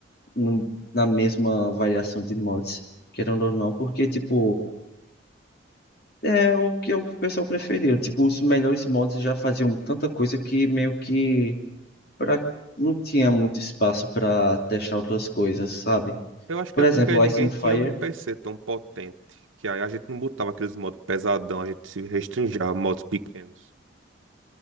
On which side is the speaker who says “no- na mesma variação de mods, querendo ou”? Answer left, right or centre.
Left